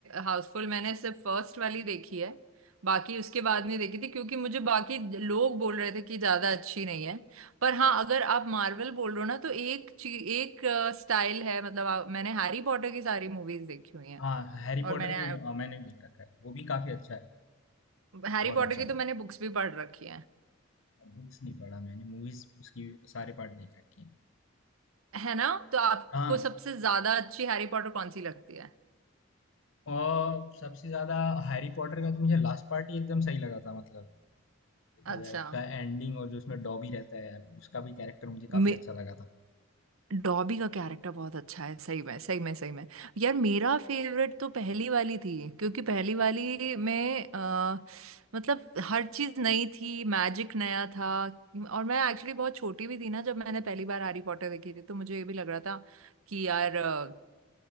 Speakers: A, on the right (about 85°); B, on the left (about 70°).
A: हाउसफुल मैंने सिर्फ फर्स्ट वाली देखी है बाकी उसके बाद नहीं देखी थी क्योंकि मुझे बाकी लोग बोल रहे थे कि ज्यादा अच्छी नहीं है पर हाँ अगर आप मार्वल बोल रहे हो ना तो एक ची, एक स्टाइल है मतलब आ, मैंने हैरी पॉटर की सारी मूवीज देखी हुई हैं
B: हाँ हैरी
A: और
B: पॉटर
A: मैंने
B: भी अ, मैंने देख रखा है वो भी काफी अच्छा है
A: हैरी
B: बहुत
A: पॉटर
B: अच्छा
A: की तो मैंने बुक्स भी पढ़ रखी
B: बुक्स नहीं पढ़ा मैंने मूवीज उसकी सारे पार्ट देख रखे हैं
A: है ना तो आपको
B: हाँ
A: सबसे ज्यादा अच्छी हैरी पॉटर कौन सी लगती है
B: और सबसे ज्यादा हैरी पॉटर का तो मुझे लास्ट पार्ट ही एकदम सही लगा था मतलब देखा
A: अच्छा
B: जाए उसका एंडिंग और जो उसमें डॉबी रहता है यार उसका भी कैरेक्टर मुझे
A: मे
B: काफी अच्छा लगा था
A: डॉबी का कैरेक्टर बहुत अच्छा है सही में सही में सही में यार मेरा फेवरेट तो पहली वाली थी क्योंकि पहली वाली में अ, मतलब हर चीज नई थी मैजिक नया था और मैं एक्चुअली बहुत छोटी भी थी ना जब मैंने पहली बार हैरी पॉटर देखी थी तो मुझे ये भी लग रहा था कि यार अ,